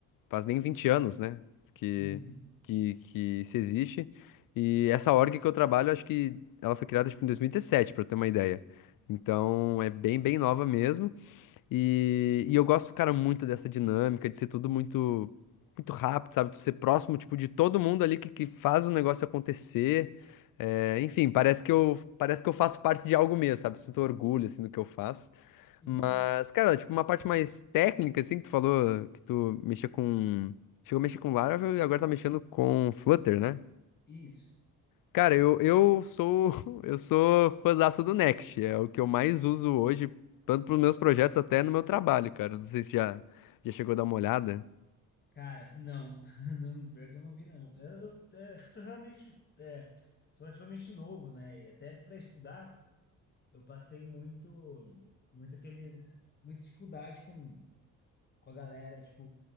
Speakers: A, on the left; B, on the left.
A: faz nem 20 anos, né? Que,
B: Uhum.
A: que, que isso existe. E essa org que eu trabalho, acho que ela foi criada, tipo, em 2017, para ter uma ideia. Então é bem, bem nova mesmo. E, e eu gosto, cara, muito dessa dinâmica de ser tudo muito, muito rápido, sabe? Tu ser próximo, tipo, de todo mundo ali que, que faz o negócio acontecer. É, enfim, parece que eu, parece que eu faço parte de algo mesmo, sabe? Sinto orgulho, assim, do que eu faço.
B: Uhum.
A: Mas, cara, tipo, uma parte mais técnica, assim, que tu falou que tu mexia com... Chegou a mexer com Laravel e agora tá mexendo com Flutter, né?
B: Isso.
A: Cara, eu, eu sou <laughs> eu sou fãzaço do Next, é o que eu mais uso hoje, tanto para os meus projetos até no meu trabalho, cara. Não sei se já, já chegou a dar uma olhada.
B: Cara, não. <laughs> Não, pior que eu não vi, não. Eu, eu, é, sou realmente é, sou relativamente novo, né? E até para estudar, eu passei muito, muito aquele, muita dificuldade com, com a galera. Tipo,